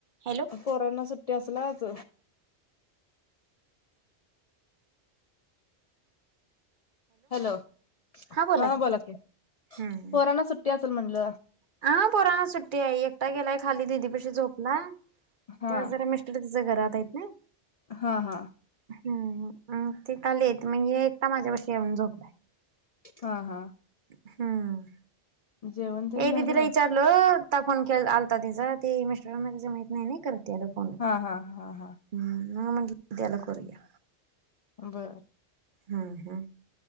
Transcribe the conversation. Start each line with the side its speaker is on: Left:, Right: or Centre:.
Right: Hello
Left: corona सुट्टी असल्याच hello
Right: बोला
Left: हा
Right: की
Left: बोलाते
Right: हम्म
Left: पोराना सुट्टी असेल म्हटलं
Right: हा पोरा सुट्टी आहे एकटा गेलाय खाली दिदी पशी झोपला त्या
Left: हा
Right: जरा मि तिच्यां घरात आहेत ना
Left: हां हां
Right: हम् ते काल येत मग एकटा माझ्यापशी येऊन झोपलाय
Left: हा हा
Right: हम्म
Left: जेवण तेन
Right: ये
Left: झालं
Right: दिदीला विचारलं त्या फोन के आलता तिचा ती मिस्टोरला तिं माहत नाही करत त
Left: हा हा हा हा
Right: हम म्हणलं त्याला करूया
Left: बरं
Right: हा हा